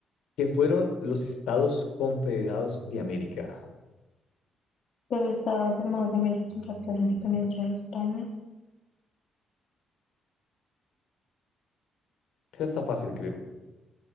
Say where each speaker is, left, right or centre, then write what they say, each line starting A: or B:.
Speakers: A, on the left (about 75°); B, on the left (about 55°).
A: ¿Qué fueron los Estados Confederados de América?
B: Los estados formados en América Central
A: Mm,
B: tras la independencia de España.
A: Esa está fácil, creo.